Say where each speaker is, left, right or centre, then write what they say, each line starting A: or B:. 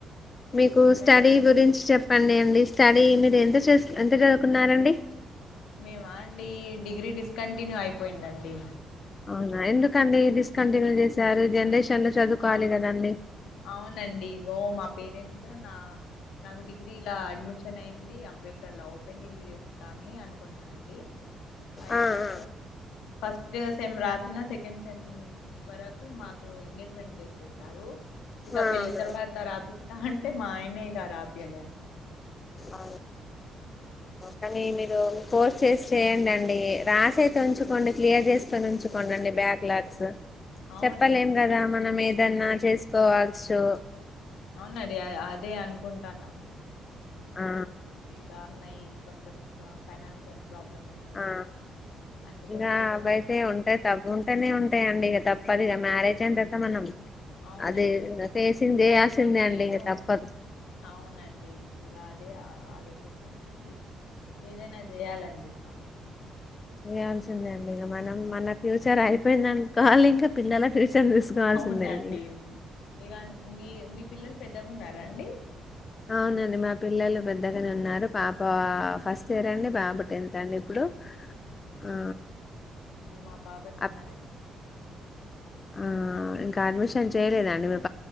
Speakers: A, on the left; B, on the left.
A: మీకు
B: ఇంకా
A: స్టడీ
B: చెప్పాలి
A: గురించి చెప్పండి అండి స్టడీ అండి మీరు ఎంత చే ఎంత చదువుకున్నారండి
B: మేమా అండి డిగ్రీ డిస్కంటిన్యూ అయిపోయిందండి
A: అవునా ఎందుకండి డిస్కంటిన్యూ చేశారు జనరేషన్ లో చదువుకోవాలి
B: ఆ
A: కదండి
B: అవునండి ఇగో మా పేరెంట్స్ నా నాకు డిగ్రీలా అడ్మిషన్ అయింది అంబేద్కర్ లా ఓపెన్ డిగ్రీ చేస్తా అని అనుకున్నానండి అయితే
A: ఆ ఆ
B: ఫస్ట్ సేమ్ రాసి చిన్న సెకండ్ సెమ్ వరకు మాకు ఎంగేజ్ మెంట్ చేసేసారు ఇక
A: ఆ
B: పెళ్ళి
A: అవునవును
B: తర్వాత రాపిస్త అంటే మా ఆయన ఇగా రాపియాలేదండి
A: అవును, కానీ మీరు పోస్ట్ చేసి చేయండిండి రాసి అయితే ఉంచుకోండి క్లియర్ చేసుకొని ఉంచుకోండి అండి బ్యాక్ లాగ్స్
B: అవునండి
A: చెప్పలేం కదా మనం ఏది ఏదన్నా చేసుకోవచ్చు
B: అవునడి అదే అనుకుంటాన్నా
A: ఆ
B: దా ఉన్నాయి కొంచెం ఫైనాన్షియల్ ప్రాబ్లం ఉన్నాయి
A: ఆ
B: అందుకోసం
A: ఇగా
B: ఇక
A: అవి
B: చేస్త
A: అయితే ఉంటాయి తా ఉంటేనే ఉంటాయండి ఇక త తప్పదు ఇగా మ్యారేజ్ అయిన తర్వాత మనం
B: అవునండి
A: అది ఫేసింగ్
B: ఇకా
A: చేయాల్సిందే
B: ఇప్పుడు నేను
A: అండి ఇక తప్పదు
B: అవునండి ఇలా అదే ఆలోచన ఉన్నామండి ఏదైనా చేయాలండి అ
A: చేయాల్సిందే అండి ఇక మనం మన ఫ్యూచర్ అయిపోయిందనుకోవాలి ఇంకా పిల్లల రషన్ తీసుకోవాల్సిందే
B: అవునండి
A: అండి
B: ఇక మీ మీ పిల్లలు పెద్దగా ఉన్నారా అండి
A: అవునండి మా పి పిల్లలు పెద్దగానే ఉన్నారు పాప ఫస్ట్ ఇయర్ అండి పాప టెన్త్ అండి ఇప్పుడు ఆ
B: మా పాప చిన్నగానే
A: అప్- ఆ ఇంకా అడ్మిషన్ చేయలేదండి మీ పా